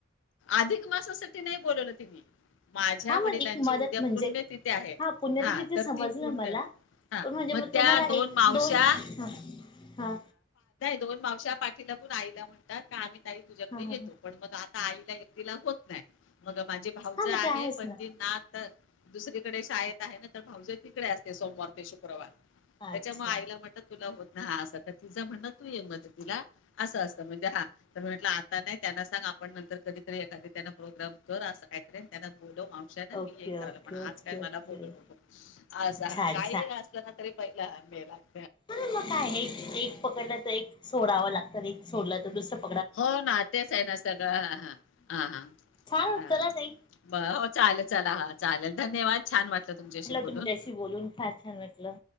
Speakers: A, on the left (about 80°); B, on the left (about 25°).
A: अधिक मासासाठी नाही बोलवलं तिनी. माझ्या
B: हा मग
A: वडिलांची
B: एक मदत
A: उद्या
B: म्हणजे
A: पुण्य तिथी आहे.
B: पुण्यतिथी
A: हा
B: ते
A: तर
B: समजलं
A: ती पुण्य
B: मला
A: हा
B: पण म्हणजे
A: म
B: मग
A: त्या
B: तुम्हाला
A: दोन
B: एक
A: मावश्या
B: हा हा
A: दोन मावशा पाठीलागून आईला म्हणतात का ताई तुझ्याकडे
B: हा हा
A: येतो
B: हा
A: पण मग आ आईला एकटीला होत नाय. मग माझी भाऊजय
B: हा मग
A: आहे,
B: ते आहेच
A: पण
B: ना
A: ती नात दुसरीकडे शाळेत आहे ना तर भाऊजय तिकडे असते. सोमवार ते शुक्रवार त्याच्यामुळे
B: अच्छा
A: आईला म्हटलं तुला होत हा असं तर तिच म्हणण- तू ये मदतीला असं असतं, म्हंजे हा तर म्हटलं त नाही त्यांना सांग आपण नंतर कधी तरी एखाद त्यांना प्रोग्राम कर अस काय ततरी त्यांना- बोलो मावशांना मी
B: ओके
A: एक कळाल
B: ओके
A: पण,
B: ओके
A: आज काय मला
B: ओके
A: बोलू नको आज हा
B: छान
A: काहीही असलं ना तरी पहिला मेलाय.
B: हम्म मग काय एक -एक पकडल तर एक- सोडाव लागत, एक सोडल तर दुसरं प
A: हो ना तेच आहे ना सगळं. हा हा
B: छान
A: हा
B: चला ताई
A: ब हो चालेल चला हा चालेल धन्यवाद छान वाटलं तुमच्याशी बोलून.
B: तुमच्याशी बोलून फार छान वाटलं